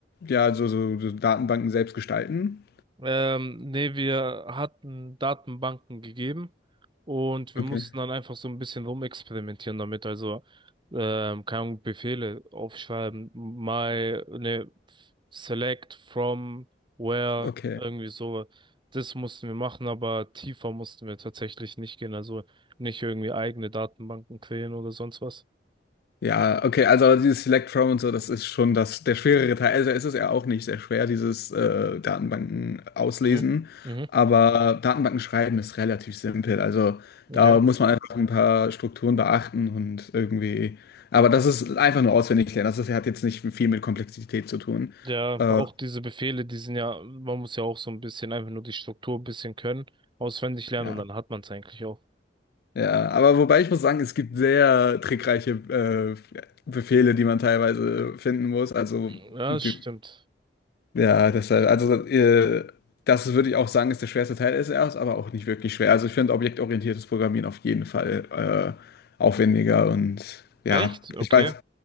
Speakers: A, on the left; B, on the right.
A: ja, so, so, so Datenbanken selbst gestalten?
B: Ähm, nee, wir hatten Datenbanken gegeben und wir
A: Okay,
B: mussten dann einfach so ein bisschen rumexperimentieren damit. Also, ähm, keine Ahnung, Befehle aufschreiben, my, ne, select from where,
A: okay.
B: irgendwie so. Das mussten wir machen, aber tiefer mussten wir tatsächlich nicht gehen. Also nicht irgendwie eigene Datenbanken kreieren oder sonst was.
A: Ja, okay, also dieses Select From und so, das ist schon das, der schwerere Teil. Also es ist ja auch nicht sehr schwer, dieses äh, Datenbanken auslesen.
B: Mhm. Mhm.
A: Aber Datenbanken schreiben ist relativ simpel. Also
B: Okay.
A: da muss man einfach ein paar Strukturen beachten und irgendwie. Aber das ist einfach nur auswendig lernen. Das ist, hat jetzt nicht viel mit Komplexität zu tun.
B: Ja,
A: Äh,
B: auch diese Befehle, die sind ja, man muss ja auch so ein bisschen einfach nur die Struktur ein bisschen können, auswendig lernen
A: ja.
B: und dann hat man es eigentlich auch.
A: Ja, aber wobei ich muss sagen, es gibt sehr trickreiche äh, Befehle, die man teilweise finden muss. Also
B: Ja,
A: wie-
B: das stimmt.
A: ja, deshalb, also äh, das würde ich auch sagen, ist der schwerste Teil ist erst, aber auch nicht wirklich schwer. Also ich finde objektorientiertes Programmieren auf jeden Fall äh, aufwendiger und ja,
B: Echt? Okay,
A: ich weiß,